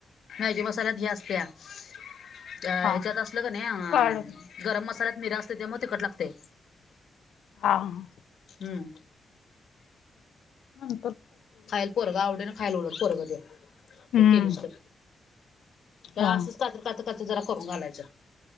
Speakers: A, on the left; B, on the left.
A: मॅगी मसाल्यात ह्य असत्या, अ
B: हा.
A: ह्याच्यात असल कनै अ
B: कळालं
A: गरम मसाल्यात मिरा असते त्यामु तिखट लागतेय.
B: हाव न.
A: हम्म.
B: ह्म्म.
A: खायलं पोरगा आवडी न. खायलोलं पोरगं तोय, ते
B: हम्म
A: केलीस तो, त्येला
B: हा.
A: असंच साजरं काचं, काचं जरा करून घालायच.